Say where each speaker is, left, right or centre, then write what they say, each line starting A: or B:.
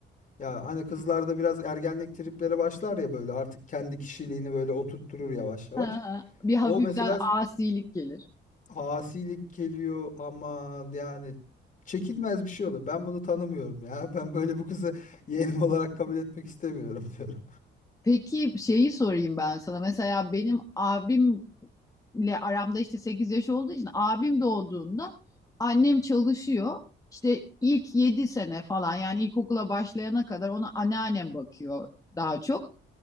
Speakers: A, on the left; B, on the left.
A: Ya hani kızlarda biraz ergenlik tripleri başlar ya böyle artık kendi kişiliğini böyle oturtturur yavaş yavaş.
B: Ha, ha. Bir hafiften
A: O mesela
B: asilik gelir.
A: asilik geliyor ama yani çekilmez bir şey olur. Ben bunu tanımıyorum ya. <laughs> Ben böyle bu kızı yeğenim olarak kabul etmek istemiyorum <laughs> diyorum.
B: Peki şeyi sorayım ben sana. Mesela benim abimle aramda işte 8 yaş olduğu için abim doğduğunda annem çalışıyor. İşte ilk 7 sene falan yani ilkokula başlayana kadar ona anneannem bakıyor daha çok.